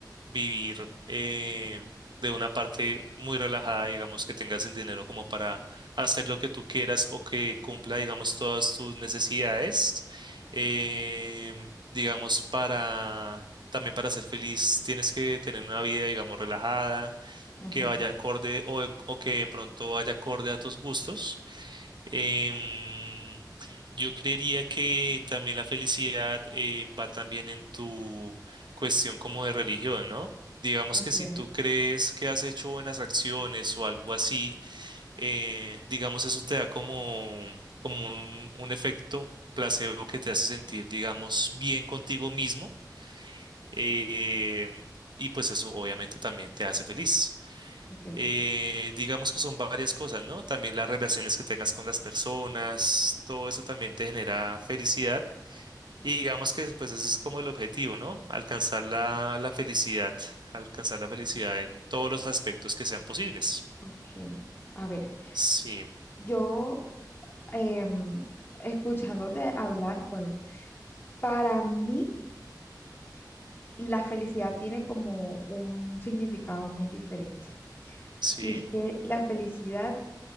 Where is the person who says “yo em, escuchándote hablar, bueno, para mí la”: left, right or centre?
Left